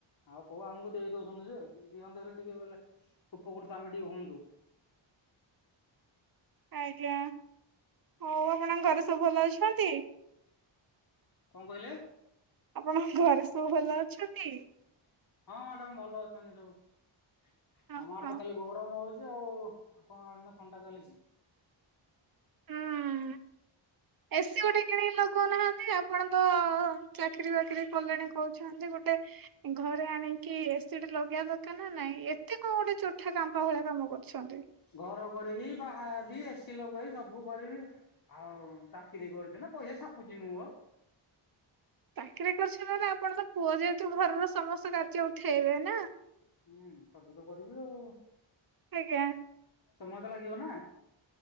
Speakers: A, on the left (about 45°); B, on the right (about 45°).
A: ଆଉ କୋଉ ଆମକୁ ଦେଇ ଦେଉଛନ୍ତି ଯେ ଦିଅନ୍ତେ ହେଲେ ଟିକେ ବୋଲେ ଉପକୃତ ଆମେ ଟିକେ ହୁଅନ୍ତୁ।
B: ଆଜ୍ଞା। ଆଉ ଆପଣଙ୍କ ଘରେ ସବୁ ଭଲ ଅଛନ୍ତି?
A: କଣ କହିଲେ?
B: ଆପଣଙ୍କ ଘରେ ସବୁ ଭଲ ଅଛନ୍ତି?
A: ହଁ ମ୍ୟାଡ଼ାମ ଭଲ ଅଛନ୍ତି ସବୁ।
B: ହଁ
A: ଆମ ଆଡ଼େ
B: ହଁ
A: ତ ଖାଲି ଗରମ ହଉଚି ଆଉ। କଣ <unintelligible> ନା ଥଣ୍ଡା ଚାଲିଚି।
B: ହୁଁ ଏସିି ଗୋଟେ କିଣିକି ଲଗଉ ନାହାନ୍ତି। ଆପଣ ତ ଚାକିରୀ ବାକିରି କଲେଣି କହୁଛନ୍ତି। ଗୋଟେ ଘରେ ଆଣିକି ଏସି ଟେ‌ ଲଗେଇବା ଦରକାର ନା ନାଇଁ। ଏତେ କଣ ଗୋଟେ ଚୋଠା କାମ୍ପା ଭଳିଆ କାମ କରୁଛନ୍ତି।
A: ଘର କରିବି ବାହାହେବି ଏସି ଲଗେଇବି ସବୁ କରିବି। ଆଉ ଚାକିରି କରୁଚି ନା ପଇସା ଛାପୁଚି ମୁଁ।
B: ଚାକିରି କରିଛନ୍ତି ନା ଆପଣ ତ ପୁଅ ଯେହେତୁ ଘରର ସମସ୍ତ କାର୍ଯ୍ୟ ଉଠେଇବେ ନା।
A: ହୁଁ ସବୁ ତ କରିବି ଆଉ।
B: ଆଜ୍ଞା।
A: ସମୟ ତ ଲାଗିବ ନା।